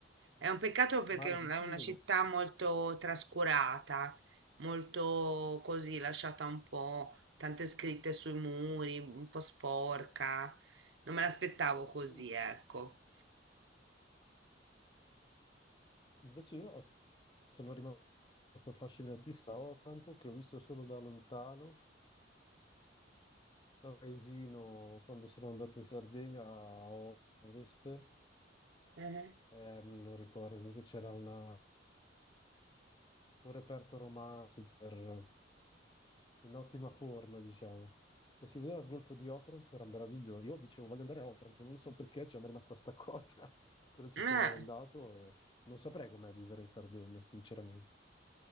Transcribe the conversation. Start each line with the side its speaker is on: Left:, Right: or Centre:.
Right: È un peccato perché
Left: Mare
Right: è un-
Left: vicino.
Right: è una città molto trascurata, molto così, lasciata un po', tante scritte sui muri, un po' sporca. Non me l'aspettavo così,
Left: Mm.
Right: ecco.
Left: Invece io ho- sono rimasto affascinatissimo da Otranto, che ho visto solo da lontano, da un paesino quando sono andato in Sardegna a ovest,
Right: Mhm.
Left: eh, non lo ricordo, comunque c'era una, un reperto romanzo per in ottima forma, diciamo. E si vedeva il golfo di Otranto, era meraviglioso. Io dicevo, voglio andare a Otranto, non so perché, cioè, mi è rimasta sta cosa. <laughs> Poi non ci
Right: Eh.
Left: sono mai andato e non saprei com'è vivere in Sardegna, sinceramente.